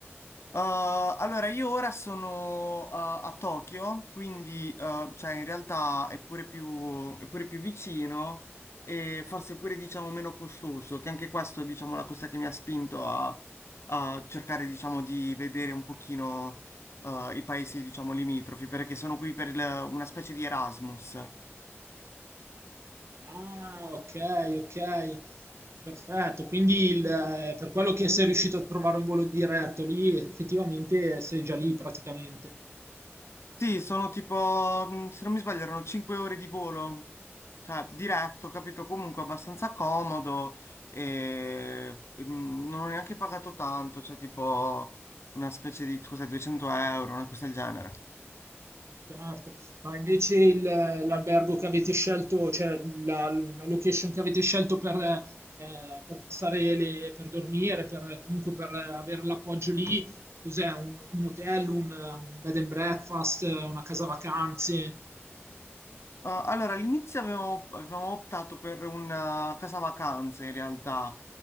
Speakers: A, on the left (about 70°); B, on the right (about 70°).
A: Eh, allora, io ora sono eh, a Tokyo, quindi eh, cioè, in realtà è pure più, è pure più vicino e forse pure diciamo meno costoso, che anche questo diciamo la cosa che mi ha spinto a, a cercare diciamo di vedere un pochino eh, i paesi diciamo limitrofi, perché sono qui per il- una specie di Erasmus.
B: Ah, ok, ok. Perfetto. Quindi il, eh, per quello che sei riuscito a trovare un volo diretto lì, effettivamente sei già lì praticamente.
A: Sì, sono tipo, mh, se non mi sbaglio, erano 5 ore di volo, cioè diretto, capito? Comunque abbastanza comodo e mh, non ho neanche pagato tanto, cioè tipo una specie di, cos'è, 200 euro, una cosa del genere.
B: Certo, ma invece il- l'albergo che avete scelto, cioè la, la location che avete scelto per, eh, per passare le, per dormire, per, comunque per avere l'appoggio lì, cos'è? Un, un hotel, un, un bed and breakfast, una casa vacanze?
A: Uh, allora, all'inizio avevamo, avevamo optato per una casa vacanza in realtà,